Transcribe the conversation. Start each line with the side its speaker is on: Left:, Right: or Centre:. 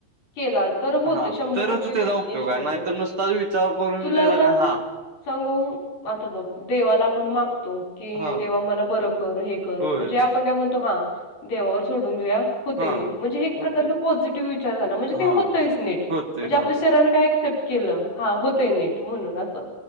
Left: केला तर होते
Right: हा,
Left: शंभर
Right: तरच
Left: टक्के
Right: त्याचा उपयोग
Left: यश
Right: हाय.
Left: मिळते
Right: नाय तर नुसताच विचार करून
Left: तुला
Right: त्याचा
Left: आता
Right: काय हा.
Left: सांगू, आता बघ देवाला आपण मागतो. कि
Right: हा
Left: देवा मला, बरं कर हे कर.
Right: होय
Left: म्हणजे आपण काय म्हणतो, हा देवावर सोडून देऊया. होतंय
Right: हा
Left: नीट. म्हणजे एक
Right: होते
Left: प्रकार पॉझिटिव्ह विचार झाला. म्हणजे
Right: हा
Left: ते होतंयच नीट.
Right: होते
Left: म्हणजे
Right: हा
Left: आपल्या शरीर त्यानं काय एक्सेप्ट केलं, हा होतंय नीट म्हणून असं.